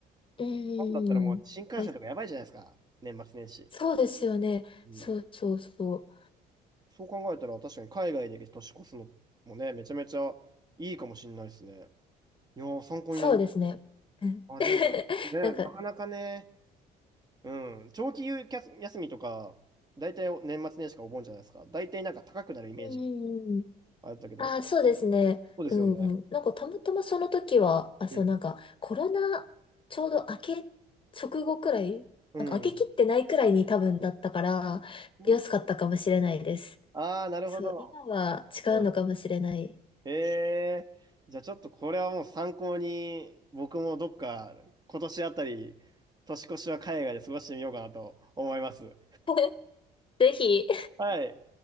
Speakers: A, on the left; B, on the right.
A: うーん。
B: 日本だったらもう新幹線とかやばいじゃないですか。
A: <laughs>
B: 年末年始。
A: そうですよね。
B: うん。
A: そうそうそう。
B: そう考えたら、確かに海外で年越すのもね、めちゃめちゃいいかもしれないですね。いやー、参考になります。
A: そうですね。うん
B: あ、
A: <laughs>
B: でも、ね、
A: なんか、
B: なかなかね、うん。長期休休みとか、大体年末年始かお盆じゃないですか。大体なんか高くなるイメージが
A: うんうんうん
B: あったけど。
A: ああ、そうですね。
B: あそうですよね。
A: うんうん。なんか、たまたまその時は、あ、そう、
B: うん。
A: なんか、コロナ、ちょうど明け直後くらいなんか、
B: うん。
A: 明けきってないくらいに多分だったから、
B: そうだった
A: 安かったかもしれないです。
B: ああ、なるほど。
A: そう、今は違うのかもしれない。
B: うん。ええーじゃあちょっとこれはもう参考に、僕もどっか今年あたり、年越しは海外で過ごしてみようかなと思います。
A: <laughs> ぜひ。
B: はい。